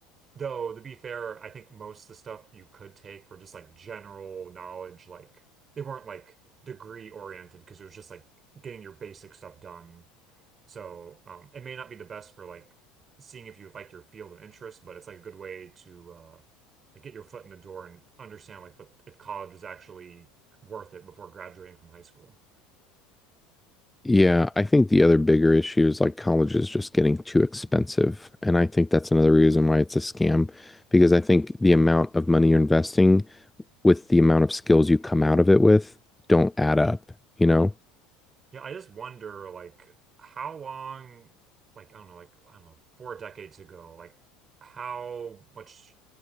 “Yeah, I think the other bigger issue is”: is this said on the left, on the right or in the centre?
Centre